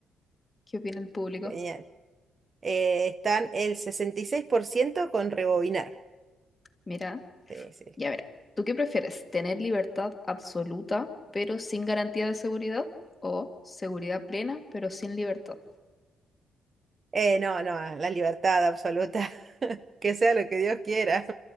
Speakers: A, on the left; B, on the right.
A: ¿Qué opina el público?
B: Genial. Eh, están el 66% con rebobinar.
A: Mira.
B: Sí, sí.
A: Ya verá, ¿tú qué prefieres? ¿Tener libertad absoluta pero sin garantía de seguridad? ¿O seguridad plena pero sin libertad?
B: Eh, no, no, la libertad absoluta. <laughs> Que sea lo que Dios quiera.